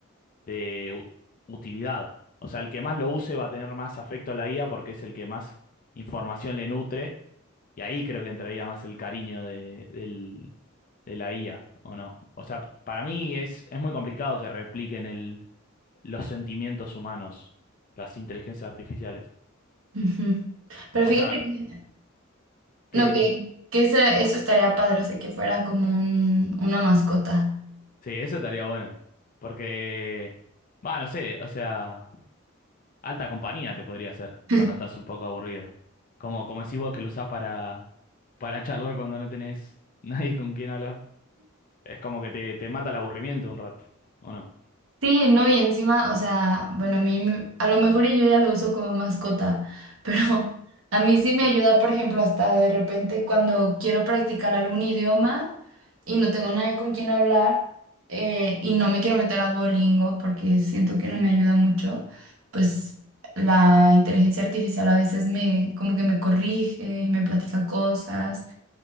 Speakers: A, on the left; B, on the right.
A: de u- utilidad. O sea, el que más lo use va a tener más afecto a la IA porque es el que más información le nutre. Y ahí creo que entraría más el cariño de, del- de la IA, ¿o no? O sea, para mí es, es muy complicado que repliquen el los sentimientos humanos, las inteligencias artificiales.
B: Ujú. Pero
A: O
B: fíjate
A: sea,
B: que,
A: ¿qué,
B: no,
A: qué,
B: que,
A: qué?
B: que esa- eso estaría padre, o sea, que fuera como un- una mascota.
A: Sí, eso estaría bueno. Porque, bueno, no sé, o sea, alta compañía te podría hacer
B: <laughs>
A: cuando estás un poco aburrido. Como, como decís vos que lo usás para, para charlar cuando no tenés <laughs> nadie con quien hablar. Es como que te, te mata el aburrimiento un rato, ¿o no?
B: Sí, no, y encima, o sea, bueno, a mí, me- a lo mejor y yo ya lo uso como mascota, pero <laughs> a mí sí me ayuda, por ejemplo, hasta de repente cuando quiero practicar algún idioma y no tengo nadie con quien hablar eh, y no me quiero meter a Duolingo porque siento que no me ayuda mucho, pues la inteligencia artificial a veces me, como que me corrige y me platica cosas